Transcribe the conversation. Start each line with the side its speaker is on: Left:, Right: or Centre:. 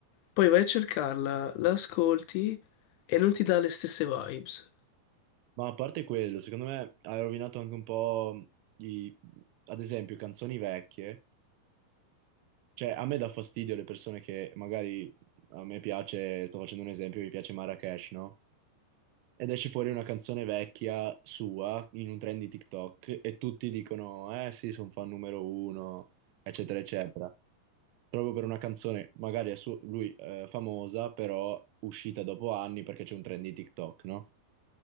Left: poi vai a cercarla, la ascolti e non ti dà le stesse vibes.
Right: ma a parte quello, secondo me ha rovinato anche un po' i, ad esempio, canzoni vecchie, cioè a me dà fastidio le persone che magari, a me piace, sto facendo un esempio, mi piace Marrakesh, no? ed esce fuori una canzone vecchia sua in un trend di TikTok e tutti dicono, eh sì, sono fan numero uno, eccetera, eccetera. Proprio per una canzone, magari a suo- lui eh, famosa, però uscita dopo anni perché c'è un trend di TikTok, no?